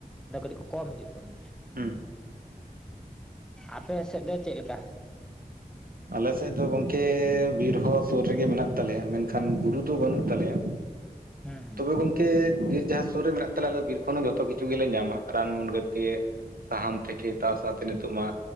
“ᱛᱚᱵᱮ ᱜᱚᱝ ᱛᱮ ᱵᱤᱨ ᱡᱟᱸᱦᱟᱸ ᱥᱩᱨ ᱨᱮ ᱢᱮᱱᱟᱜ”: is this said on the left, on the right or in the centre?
Right